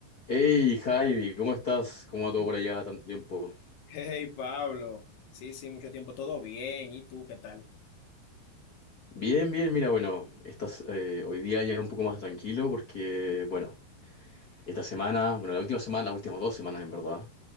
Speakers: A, on the left; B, on the left.
A: Hey Javi, ¿cómo estás? ¿Cómo va todo
B: <laughs>
A: por allá tanto tiempo?
B: Hey, Pablo. Sí, sí, mucho tiempo. Todo bien. ¿Y tú qué tal?
A: Bien, bien, mira, bueno, estás, eh, hoy día ya un poco más tranquilo porque, bueno, esta semana, bueno, la última semana, las últimas dos semanas en verdad,